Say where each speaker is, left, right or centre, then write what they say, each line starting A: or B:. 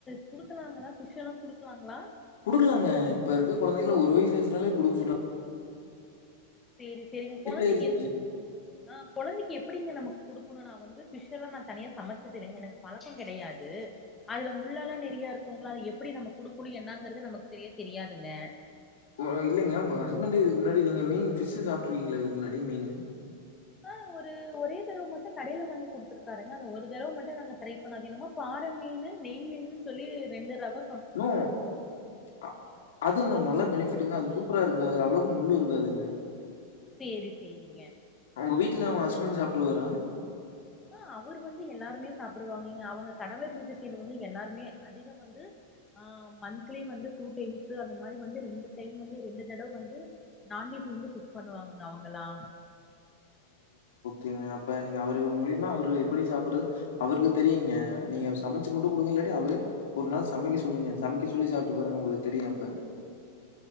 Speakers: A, on the left (about 15°); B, on the left (about 75°).
A: குடுக்கலாங்களா பிஷ் எல்லா குடுக்கலாங்களா
B: குடுக்கலாங்க இப்ப இருக்க கொழந்தைங்களா ஒரு வயசு ஆய்டுச்சினாலே குடுக்க சொல்றாங்
A: சரி சரிங்க கொழந்தைக்கு
B: ஆயிருச்சு.
A: என் ஆ கொழந்தைக்கு எப்படிங்க நம்மக் குடுக்கணும் நா வந்து ஃபிஷ் எல்லா நா தனியா சமைச்சதில்லங்க எனக்கு பழக்கம் கெடையாது அதுல முள்ளல்லா நெறிய இருக்குங்களா அத எப்படி நம்ம குடுக்கணும் என்னங்கறது நமக்கு சரியா தெரியாதுங்க
B: ஓ இல்லைங்க உங்க ஹஸ்பண்ட் இதுக்கு முன்னாடி நீங்க மீன் ஃபிஷு சாப்பிட்டுருக்கீங்களா இதுக்கு முன்னாடி மீன்
A: ஆஹ் ஒரு ஒரே தடவ மட்டு கடைல வாங்கி குடுத்துருக்காருங்க அது ஒரு தடவ மட்டு நாங்க ட்ரை பண்ண அது என்னமோ பாற மீன் நெய் மீனுன் சொல்லி ரெண்டு ரகொ
B: ணோ அ அதுன் ந நல்ல பெனிஃபிட்டுங்க அது சூப் சூப்பரா இருக்ங்க அதுல அவ்ளோக்கா முள்ளு இருக்காதுங்க
A: சேரி சேரி
B: அவுங்க வீட்ல அவங்க ஹஸ் ஸ்பண் சாப்ட்டுவாரா
A: ஆஹ் அவுரு வந்து எல்லாருமே சாப்பிடுவாங்க இங்க அவுங்க கணவர் வீட்டு சைடு வந்து எல்லாருமே அதிக வந்து ஆஹ் மந்த்த்லி வந்து டூ டைம்ஸ் அந்த மாரி வந்து ரெண்டு டைம் வந்து ரெண்டு தடவ வந்து நான்வெஜ் வந்து குக் பண்ணுவாங்கங்க அவுங்கல்லா
B: திங்க அப்ப நீங்க அவரு மூலியமா அவரு எப்படி சாப்படு அவருக் தெரியுங்க நீங்க சமச்சு மட்டு குடுங்க இல்லாட்டி அவரே ஒரு நாள் சமைக்க சொல்லுங்க சமைக்க சொல்லி சாப்ட்டு பாருங்க உங்களுக்கு தெரியு அப்ப